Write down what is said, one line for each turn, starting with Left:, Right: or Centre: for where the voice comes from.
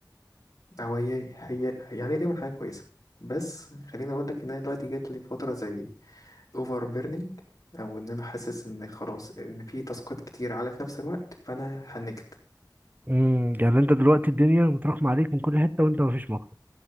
Left: او هي هي يعني هي دايما حاجه كويسه بس خليني اقول لك ان انا دلوقتي جات لي فتره زي اوفر بيرنينج او ان انا حاسس ان خلاص ان في تاسكات كتير على في نفس الوقت فانا حنكت
Right: امم يعني انت دلوقتي الدنيا متراكمة عليك من كل حتة وانت مفيش مخرج